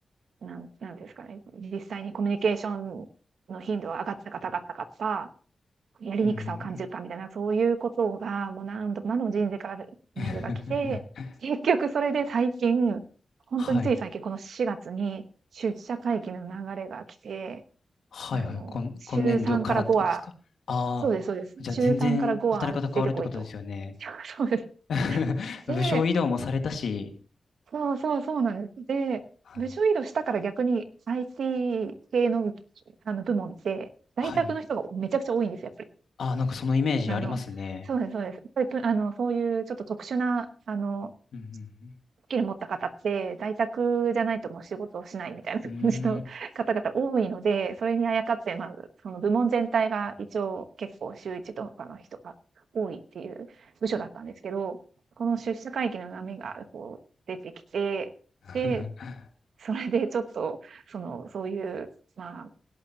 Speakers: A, on the right (about 85°); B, on the left (about 80°).
A: なん、なんですかね、実際にコミュニケーションの頻度は上がったか下がったかとか、やりにくさを感じるかみたいな、
B: あ、うん。
A: そういうことが、もう何度も何度も人生からメールが来て、
B: <laughs>
A: 結局それで最近、本当につい最近、
B: はい。
A: この4月に出社会議の流れが来て、
B: はいはい。
A: あの、
B: 今、
A: 週3から5は
B: 今年度からってことですか。ああ
A: そうですそうです。
B: ー、じゃあ全然働き方変わるってことですよね。
A: 週3から5は出てこいと。<laughs> そうです。
B: <laughs> 部署移動もされたし。
A: で、そうそうそうなんです。で、
B: はい。
A: 部署移動したから逆に IT 系の、あの、部門って、在宅の人がめちゃくちゃ多いんですよ、
B: はい。
A: やっぱり。
B: ああ、なんかそのイメージありますね。
A: あの、そうですそうです。やっぱり、ぷあの、そういうちょっと特殊な、あの、
B: うん
A: スキル持った方って、在宅じゃないともう仕事をしないみたいな感じの
B: うんうん。うーん。
A: <laughs> 方々多いので、それにあやかって、まず、その部門全体が一応結構週一とかの人が多いっていう部署だったんですけど、この出社会議の波がこう出てきて、
B: <laughs>
A: で、それでちょっと、その、そういう、まあ、